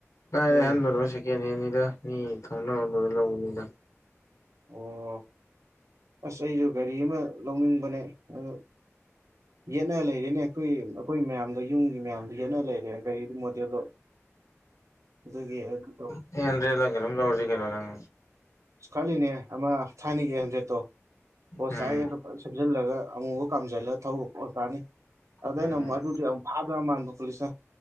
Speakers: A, on the left; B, on the right.
A: ꯀꯥꯏꯗꯩ
B: ꯎꯝ
A: ꯑꯍꯟꯕꯅꯣ ꯁꯦꯀꯦꯟ ꯍꯦꯟꯅꯤꯗ ꯃꯤ ꯊꯧꯅꯕ ꯂꯣꯏꯔ ꯂꯧꯕꯅꯤꯗ
B: ꯑꯣ ꯑꯁ ꯑꯩꯖꯨ ꯒꯥꯔꯤ ꯑꯃ ꯂꯧꯅꯤꯡꯕꯅꯦ ꯑꯗꯨ ꯌꯦꯠꯅ ꯂꯩꯔꯤꯅꯦ ꯑꯩꯈꯣꯏ ꯑꯩꯈꯣꯏ ꯃꯌꯥꯝꯗ ꯌꯨꯝꯒꯤ ꯃꯌꯥꯝ ꯌꯦꯠꯅ ꯂꯩꯔꯦ ꯒꯥꯔꯤꯒꯤ ꯃꯣꯗꯦꯜꯗꯣ ꯑꯗꯨꯒꯤ ꯑꯗꯨ ꯇꯧ
A: ꯑꯦꯠ ꯍꯟꯗ꯭ꯔꯦꯗꯠ ꯀꯩꯅꯣꯝ ꯂꯧꯔꯖꯤ ꯀꯩꯅꯣ ꯅꯪ
B: ꯈꯜꯂꯤꯅꯦ ꯑꯃ ꯊꯥꯏꯅꯒꯤ ꯑꯦꯠ ꯍꯟꯗ꯭ꯔꯦꯗꯠꯇꯣ ꯄꯣꯠ
A: ꯎꯝ
B: ꯆꯥꯏ ꯑꯗꯨ ꯁꯦꯝꯖꯤꯜꯂꯒ ꯑꯃꯨꯃꯨꯛ ꯀꯥꯝꯖꯜꯂ ꯊꯧꯕ ꯄꯣꯁ ꯇꯥꯅꯤ ꯑꯗꯩ
A: ꯎꯝ
B: ꯑꯩꯅ ꯑꯃꯨꯛ ꯑꯗꯨꯗꯤ ꯑꯃꯨꯛ ꯐꯥꯗꯧ ꯌꯥꯝ ꯃꯥꯟꯕ ꯄꯨꯂꯤꯁꯅ